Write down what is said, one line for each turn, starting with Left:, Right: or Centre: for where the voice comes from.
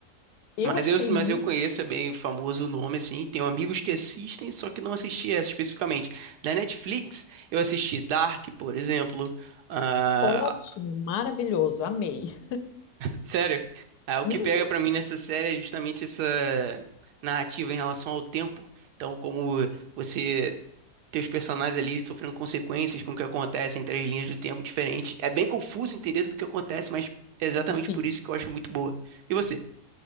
Left: Eu
Right: Mas
Left: achei
Right: eu, mas
Left: muito
Right: eu conheço, é bem famoso o nome, assim. Tenho amigos que assistem, só que não assisti essa especificamente. Da Netflix, eu assisti Dark, por exemplo, ah,
Left: Ótimo, maravilhoso, amei.
Right: Sério, ah, o
Left: Uhum,
Right: que pega pra mim nessa série é justamente essa narrativa em relação ao tempo. Então, como você ter os personagens ali sofrendo consequências com o que acontece em três linhas do tempo diferentes. É bem confuso entender tudo o que acontece, mas é exatamente
Left: é difícil.
Right: por isso que eu acho muito boa. E você?